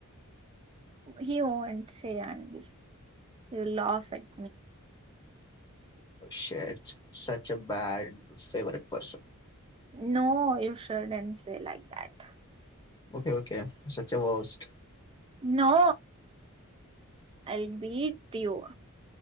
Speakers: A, on the right (about 25°); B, on the left (about 20°).
A: he wants చేయండి you loss it
B: shit such a bad favourite person
A: no you shouldn't say like that
B: okay okay సచ్చే boast
A: no I be ట్ you